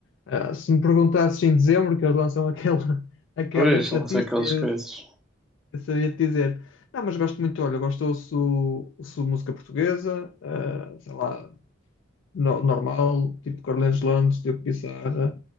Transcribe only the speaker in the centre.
Pois,
lá sei aquelas
coisas.